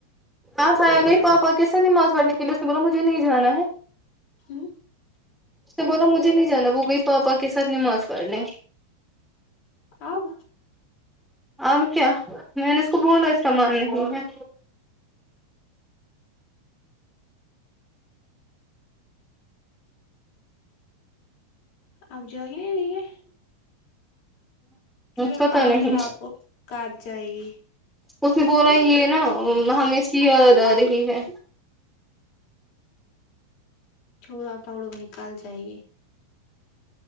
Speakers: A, in the centre; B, on the left.
A: آپ آیا گئی پاپا کیسے نماز پڑھنے کے لیے اس نے بولا مجھے نہیں جانا ہے
B: ہوں
A: سے بولا مجھے نہیں جانا وہ گئی پاپا کے ساتھ نماز پڑنے
B: آب
A: آم کیا میں نے اس کو بولا اس کا مان نہیں ہے
B: آپ جائی نہیں رہیے چھوڑو
A: پتا
B: پکڑو
A: نہیں
B: پھر رات
A: اس
B: کو کار جائے گی
A: اس نے بولا یہ نا ہمیں اس کی یاد آ رہی ہے
B: چھوڑو پاڑو وہ کال جائے گی